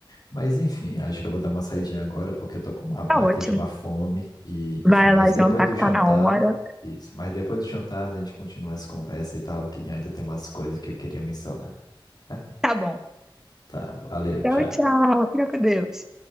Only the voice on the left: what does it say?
Mas enfim, acho que eu vou dar uma saidinha agora porque eu tô com uma baita
de uma fome. E,
enfim, mas
depois
do
jantar,
isso, mas depois do jantar a gente continua essa conversa e tal, que ainda tem umas coisas que eu queria mencionar. né?
Tá, valeu,
tchau.